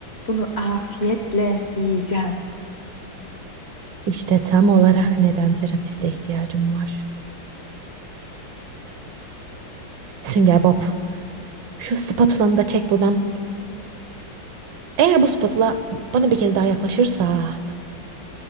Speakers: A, on the left; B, on the right.
A: bunu afiyetle yiyeceğim.
B: İşte tam olarak neden terapiste ihtiyacım var. Sünger Bob, şu spatulanı da çek buradan. Eğer bu spatula bana bir kez daha yaklaşırsa